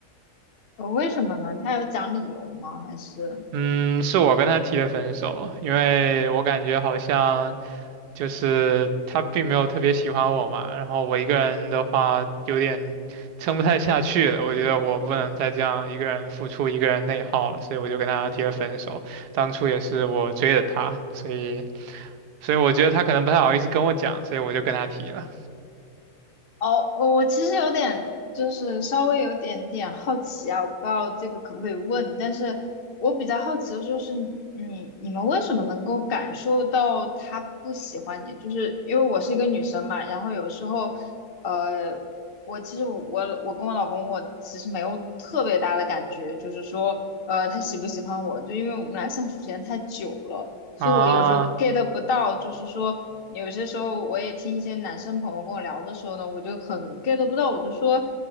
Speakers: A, on the left; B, on the right.
A: 呃为什么呢？他有讲理由吗？还是？
B: 嗯，是我跟她提的分手，因为我感觉好像就是他并没有特别喜欢我嘛，然后我一个人的话有点撑不太下去了，我觉得我不能再这样一个人付出、一个人内耗了，所以我就跟他提了分手。当初也是我追的他，所以所以我觉得他可能不太好意思跟我讲，所以我就跟他提了。
A: 哦，我我其实有点，就是稍微有点点好奇啊，我不知道这个可不可以问，但是我比较好奇的就是，你你们为什么能够感受到他不喜欢你？就是因为我是一个女生嘛，然后有时候，呃，我其实我我跟我老公，我其实没有特别大的感觉，就是说，呃，他喜不喜欢我，就因为我们俩相处时间太久了。所以我有时候
B: 啊，
A: get 不到，就是说有些时候我也听一些男生朋友跟我聊的时候呢，我就很 get 不到，我就说，